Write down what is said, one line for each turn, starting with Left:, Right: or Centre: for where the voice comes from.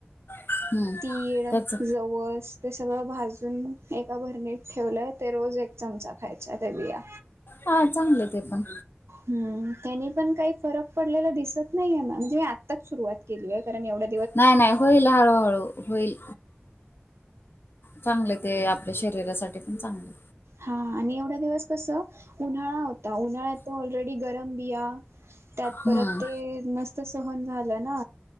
Left: हम्म,
Right: तीळ,
Left: त्याच
Right: जवस ते सगळं भाजून एका भरणीत ठेवलंय, ते रोज एक चमचा खायच्या त्या बिया.
Left: हा चांगलं ते पण
Right: हम्म, त्यानी पण काही फरक पडलेला दिसत नाहीयेना, म्हणजे आत्ताच सुरुवात केलीय कारण एवढं
Left: नाही नाही होईल हळूहळू होईल. चांगले ते आपल्या शरीरासाठी पण चांगलय.
Right: हा आणि एवढ्या दिवस कसं उन्हाळा होता,, उन्हाळायात ऑलरेडी गरम बिया, त्यात
Left: हम्म
Right: परत ते नस ते सहन झालं ना